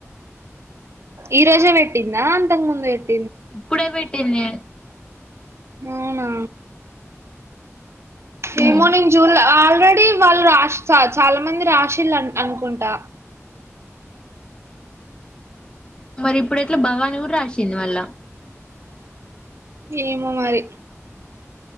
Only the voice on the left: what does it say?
ఇప్పుడే పెట్టింది.
ఉమ్
మరి ఇప్పుడు ఎట్లా భవాని గూడా రాసింది మళ్ళ